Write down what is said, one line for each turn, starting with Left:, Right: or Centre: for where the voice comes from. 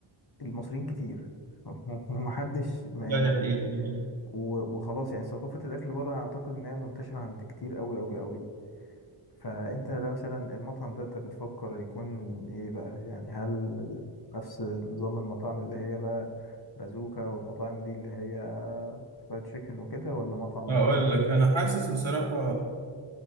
Left: المصريين كتير <laughs> ومحدش ما
Right: لا دي
Left: ما
Right: حقيقة دي حقيقة
Left: و- وخلاص يعني ثقافة الأكل بره أعتقد إنها منتشرة عند كتير أوي أوي أوي فأنت لو مثلا المطعم ده أنت بتفكر يكون إيه بقى يعني هل نفس نظام المطاعم اللي هي بقى بازوكا والمطاعم دي اللي هي فرايد تشيكن وكده ولا مطعم
Right: أقول
Left: مختلف
Right: لك أنا حاسس بصراحة